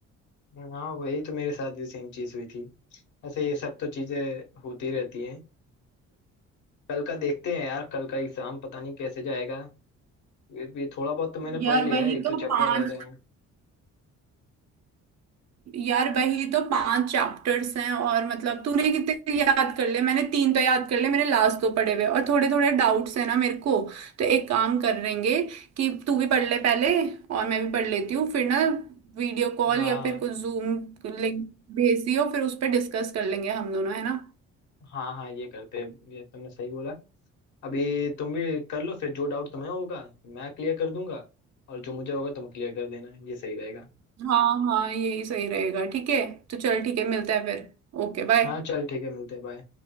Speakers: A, on the left (about 75°); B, on the right (about 60°).
A: हाँ वही तो मेरे साथ भी सेम चीज हुई थी ऐसे ये सब तो चीजें होती रहती हैं कल का देखते हैं यार कल का एग्जाम पता नहीं कैसे जाएगा ये भी थोड़ा बहुत तो मैंने
B: यार
A: पढ़ लिया
B: वही
A: है एक
B: तो
A: दो चैप्टर
B: पांच
A: रह रहे हैं
B: यार वही तो पांच चैप्टर्स हैं और मतलब तूने कितने याद कर ले मैंने तीन तो याद कर ले मेरे लास्ट दो पढ़े हुए और थोड़े थोड़े डाउट्स हैं ना मेरे को तो एक काम करेंगे कि तू भी पढ़ ले पहले और मैं भी पढ़ लेती हूँ फिर ना वीडियो कॉल
A: हाँ
B: या फिर कुछ जूम लिंक भेज दियो फिर उस पर डिस्कस कर लेंगे हम दोनों है ना
A: हाँ हाँ ये करते हैं ये तुमने सही बोला अभी तुम भी कर लो फिर जो डाउट तुम्हें होगा मैं क्लियर कर दूंगा और जो मुझे होगा तुम क्लियर कर देना ये सही रहेगा
B: हाँ हाँ यही सही रहेगा ठीक है तो चल ठीक है मिलते हैं फिर Okay bye
A: हाँ चल ठीक है मिलते हैं बाय